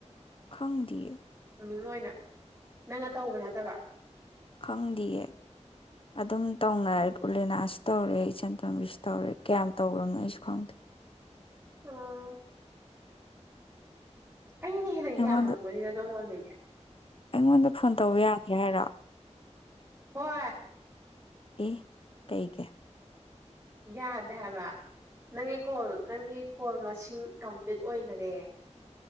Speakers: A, on the left (about 50°); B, on the right (about 20°).
A: ꯈꯪ ꯗꯌꯦ
B: ꯅ ꯑꯣꯏꯅ ꯅꯪꯅ ꯇꯧꯕ ꯅꯠꯇꯕ
A: ꯈꯪꯗꯌꯦ ꯑꯗꯨꯝ ꯇꯧꯅꯔ ꯎꯂꯦꯅꯥꯁꯨ ꯇꯧꯔꯦ ꯏꯆꯟ ꯊꯣꯝꯕꯤꯁꯨ ꯇꯧꯔꯦ ꯀꯌꯥꯝ ꯇꯧꯈ꯭ꯔꯕꯅꯣ ꯑꯩꯁꯨ ꯈꯪꯗꯦ
B: ꯑꯥ ꯑꯩꯅ ꯍꯦꯟꯅ
A: ꯑꯩꯉꯣꯟꯗ
B: ꯌꯥꯝꯃꯝꯕꯅꯤꯗ ꯅꯪꯉꯣꯟꯗꯒꯤ
A: ꯑꯩꯉꯣꯟꯗ ꯐꯣꯟ ꯇꯧꯕ ꯌꯥꯒ꯭ꯔꯦ ꯍꯥꯏꯔꯣ
B: ꯍ
A: ꯑꯦ ꯀꯩ ꯀ
B: ꯌꯥꯗꯦ ꯍꯥꯏꯕ ꯅꯪꯒꯤ ꯀꯣꯜ ꯅꯪꯒꯤ ꯀꯣꯜ ꯃꯁꯤꯡ ꯀꯝꯄ꯭ꯂꯤꯠ ꯑꯣꯏꯈꯔꯦ